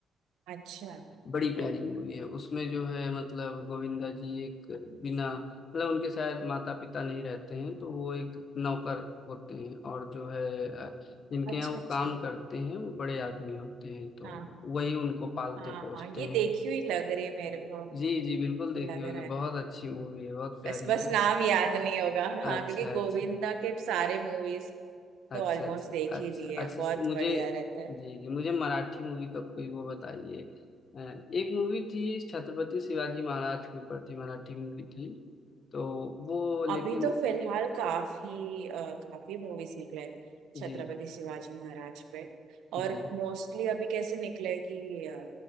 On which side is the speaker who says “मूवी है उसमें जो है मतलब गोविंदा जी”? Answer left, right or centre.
Left